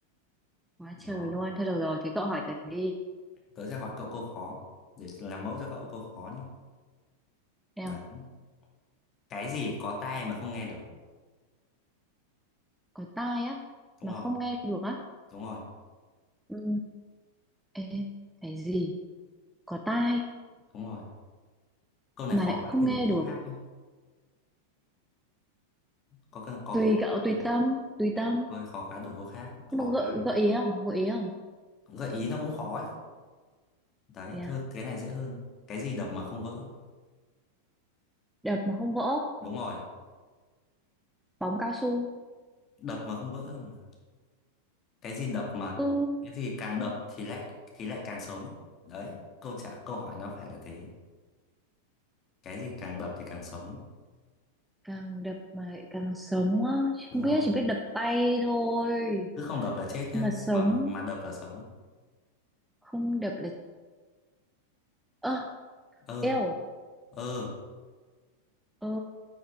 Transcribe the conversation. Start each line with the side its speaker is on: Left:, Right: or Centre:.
Centre: Quá
Left: đó
Centre: trời luôn. Thôi được rồi, thế cậu hỏi tớ đi.
Left: tớ sẽ hỏi cậu câu khó để làm mẫu cho cậu câu khó nhé
Centre: Nào,
Left: đấy cái gì có tai mà không nghe được
Centre: có tai á,
Left: đúng
Centre: mà
Left: rồi
Centre: không nghe được á.
Left: đúng rồi
Centre: Ừ. Ê, cái gì? Có tai,
Left: đúng rồi câu này
Centre: mà
Left: khó
Centre: lại
Left: quá
Centre: không
Left: thì
Centre: nghe
Left: đổi
Centre: được.
Left: câu khác nhé có cần có
Centre: Tùy
Left: khó
Centre: cậu,
Left: quá
Centre: tùy
Left: không?
Centre: tâm, tùy tâm.
Left: thôi khó quá đổi câu khác khó
Centre: Nhưng mà gợi,
Left: quá
Centre: gợi ý không? Gợi ý không?
Left: gợi ý nó cũng khó ấy đấy
Centre: Thế à?
Left: thôi cái này dễ hơn cái gì đập mà không vỡ
Centre: đập mà không vỡ
Left: đúng rồi
Centre: bóng cao su
Left: đập mà không vỡ mà cái gì đập mà
Centre: ừ
Left: cái gì càng đập thì lại thì lại càng sống đấy câu trả câu hỏi nó phải là thế cái gì càng đập thì càng sống
Centre: càng đập mà lại càng sống á
Left: đúng
Centre: không biết
Left: rồi
Centre: chỉ biết đập tay thôi
Left: cứ không đập là chết nhá
Centre: Nhưng mà sống
Left: mà mà đập là sống
Centre: không đập là ơ
Left: ơ
Centre: eo
Left: ơ
Centre: ơ